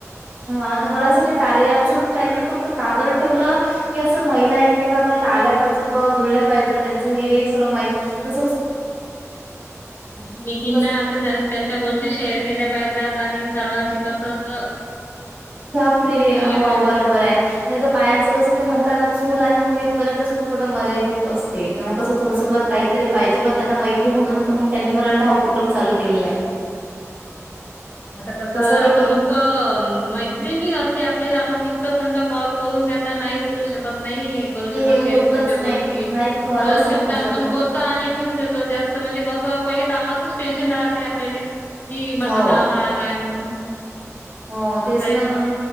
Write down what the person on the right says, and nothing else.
हा मला असं. कार्य ॲप च पण त्यांनी फक्त काबर ठेवलं की अस महिला एकमेकांबर <unintelligible> पाहिजे जुल्या. त्यांच हे सर्व <unintelligible> जस कस.
तस
त्या फ्रीली हो
बरोबर आहे नाहीतर बायांचं कस ते म्हणतात. चूल आणि मूल इथपर्यंतच फक्त मर्यादित असते तर मग कस थोडसं बर काहीरी पाहिजे. त्यांना मैत्री म्हणून तर मग त्यांनी मला वाटत हा उपक्रम चालू केलेला आहे.
तसं
काही कोणी
होतच
नाही
नाही खरंच
नाही होऊ
शकत.
हो.
हो तेच
ना पण